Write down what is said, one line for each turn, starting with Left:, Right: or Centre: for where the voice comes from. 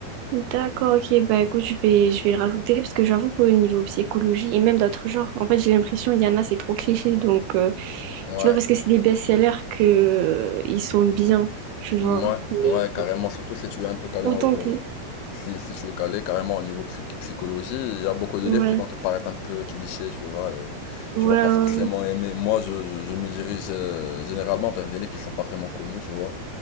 Right: D'accord, ok. Bah écoute, je vais, je vais le rajouter parce que j'avoue qu'au niveau psychologie et même d'autres genres, en fait j'ai l'impression il y en a, c'est trop cliché. Donc euh,
Left: Ouais,
Right: c'est pas parce que c'est des best-sellers que euh, ils sont bien, tu vois.
Left: ouais,
Right: Mais
Left: ouais, carrément, surtout si tu es un peu calé
Right: faut
Left: en-
Right: tenter.
Left: Si, si tu es calé carrément au niveau psy- psychologie, il y a beaucoup de
Right: Ouais.
Left: livres qui vont te paraître un peu clichés, tu vois, et
Right: Ouais,
Left: tu vas pas
Right: ouais,
Left: forcément aimer. Moi, je, je, je me dirige euh, généralement vers des livres qui sont pas vraiment connus, tu vois,